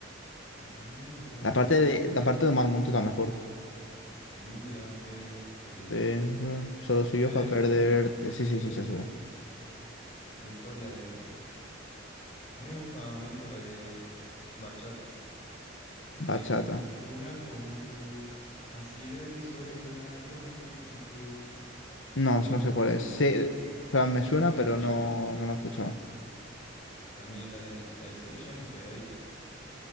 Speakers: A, on the left (about 35°); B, on the left (about 75°).
A: Eh, Si te va
B: La
A: mi
B: parte
A: amor,
B: de, la parte de Omar Montes es la mejor.
A: quería verte.
B: De, solo soy
A: Era
B: yo para
A: esa,
B: perderte.
A: ¿no?
B: Sí, sí, sí, sí, sí.
A: Después la de... A mí me gusta mucho la de Bachata, que
B: Bachata.
A: tiene. Una como tú, así de risueña, con esa actitud.
B: No,
A: God,
B: eso no sé
A: Demon.
B: cuál es. Sí, pero me
A: Risueña
B: suena, pero
A: se
B: no,
A: llama.
B: no lo he escuchado.
A: También la de, la de Sevillana es pegadita.